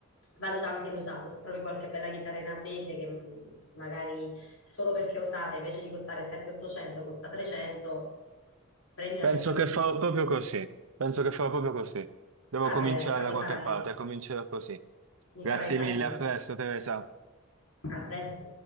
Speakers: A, on the left; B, on the right.
A: valuta anche l'usato, se trovi qualche bella chitarra in abete che mh, magari solo perché è usata invece di costare 700-800 costa 300, prendila
B: Penso
A: perché è
B: che
A: un'investimento.
B: farò proprio così. Penso che farò proprio così. Devo
A: Vabbè,
B: cominciare
A: dai, poi
B: da
A: mi
B: qualche
A: farai
B: parte, comincerò così.
A: mi
B: Grazie
A: farai
B: mille,
A: sapere.
B: a presto, Teresa.
A: A presto.